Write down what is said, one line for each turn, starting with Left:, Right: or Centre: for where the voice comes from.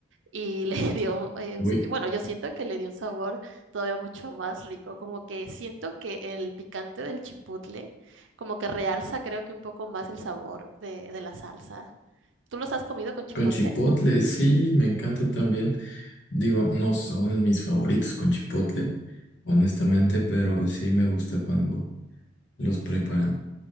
Right: y le <laughs> dio, eh,
Left: Uy,
Right: un- bueno, yo siento que le dio un sabor todavía mucho más rico, como que siento que el picante del chipotle como que realza creo que un poco más el sabor de, de la salsa. ¿Tú los has comido con chipotle?
Left: con chipotle, sí, me encanta también. Digo, no son mis favoritos con chipotle, honestamente, pero sí me gusta cuando los preparan